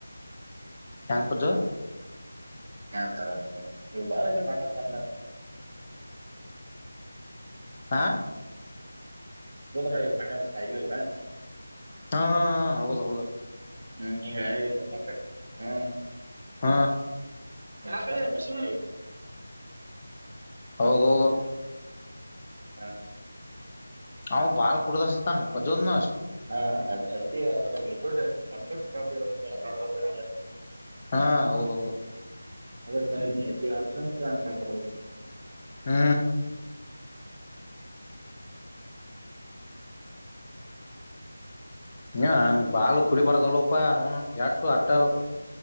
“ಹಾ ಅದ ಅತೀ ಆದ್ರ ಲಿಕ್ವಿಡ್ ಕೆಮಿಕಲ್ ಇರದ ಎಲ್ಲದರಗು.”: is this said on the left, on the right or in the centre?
Right